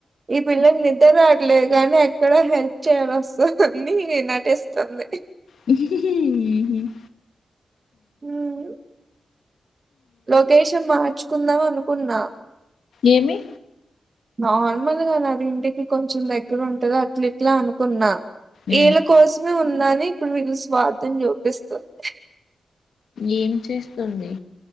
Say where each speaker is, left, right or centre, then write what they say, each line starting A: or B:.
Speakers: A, on the right; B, on the left.
A: ఈ పిల్లకు నిద్ర రాట్లేదు కాని ఎక్కడ హెల్ప్ చేయాల వస్తదొ అని నటిస్తోంది
B: హ్మ్
A: ఉమ్ లొకేషన్ మార్చుకుందాం అనుకున్న
B: ఏమి
A: నార్మల్గానె అది ఇంటికి కొంచెం దగ్గర ఉంటద అట్లిట్లా అనుకున్నా వీళ్ళ
B: ఉమ్.
A: కోసం ఉందని ఇప్పుడు వీళ్ళు స్వార్థం చూపిస్తుంది
B: ఏం చేస్తుంది